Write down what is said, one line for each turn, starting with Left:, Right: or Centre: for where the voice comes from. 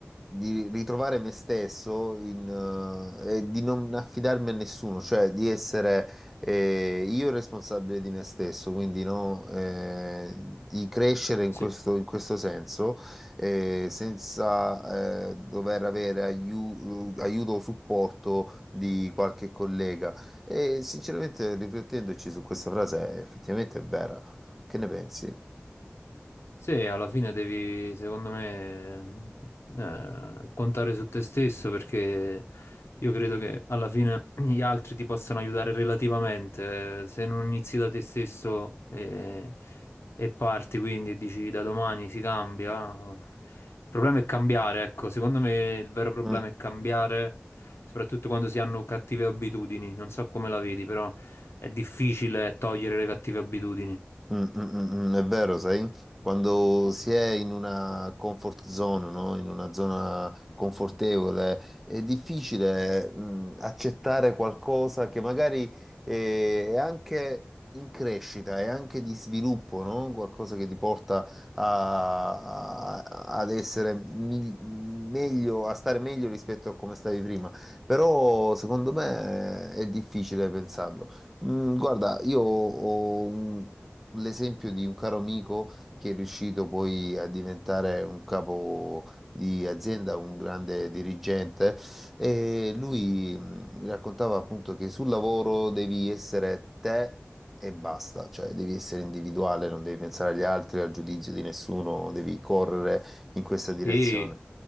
Centre: di ritrovare me stesso in, eh, e di non affidarmi a nessuno, cioè di essere eh, io il responsabile di me stesso, quindi no, eh, di crescere in
Left: Sì,
Centre: questo, in questo senso, eh, senza eh, dover avere aiu- aiuto o supporto di qualche collega. E sinceramente, riflettendoci su questa frase, è effettivamente è vera. Che ne pensi?
Left: Sì, alla fine devi, secondo me, mh, eh, contare su te stesso perché io credo che alla fine <clears throat> gli altri ti possano aiutare relativamente. eh, Se non inizi da te stesso e, e parti quindi e dici da domani si cambia, oh. il problema è cambiare, ecco, secondo me il vero problema
Centre: Mm.
Left: è cambiare, soprattutto quando si hanno cattive abitudini. Non so come la vedi, però è difficile togliere le cattive abitudini.
Centre: Mm, mm, mm, mm, è vero, sai? Quando si è in una comfort zone, no? In una zona confortevole, è difficile, mm, accettare qualcosa che magari eh, è anche in crescita, è anche di sviluppo, no? Qualcosa che ti porta a- a- ad essere mi- meglio, a stare meglio rispetto a come stavi prima. Però secondo me è difficile pensarlo. Mm, guarda, io ho un- l'esempio di un caro amico che è riuscito poi a diventare un capo di azienda, un grande dirigente, e lui mh, mi raccontava appunto che sul lavoro devi essere te. E basta, cioè devi essere individuale, non devi pensare agli altri, al giudizio di nessuno, devi correre in questa direzione.
Left: Sì.